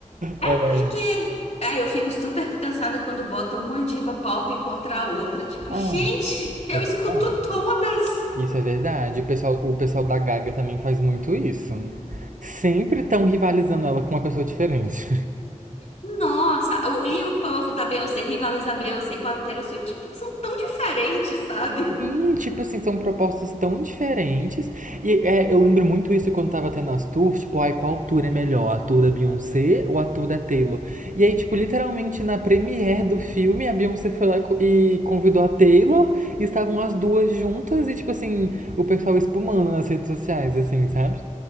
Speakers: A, on the left (about 55°); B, on the right (about 75°).
A: É
B: é,
A: porque. É, eu fico super cansada quando botam uma diva pop contra a outra. Tipo,
B: Ah,
A: gente, <laughs>
B: isso
A: eu
B: é verdade.
A: escuto todas.
B: Isso é verdade. O pessoal, o pessoal da Gaga também faz muito isso. Sempre estão rivalizando ela com uma pessoa diferente.
A: Nossa, o- e o povo da Beyoncé rivaliza a Beyoncé com a Taylor Swift. Tipo, são tão diferentes, sabe?
B: Sim, tipo assim, são propostas tão diferentes. E é, eu lembro muito isso quando tava tendo as tours, tipo, ai, qual tour é melhor? A tour da Beyoncé ou a tour da Taylor? E aí, tipo, literalmente na premiere do filme, a Beyoncé foi lá e co- e convidou a Taylor, e estavam as duas juntas e, tipo assim, o pessoal espumando nas redes sociais, assim, sabe?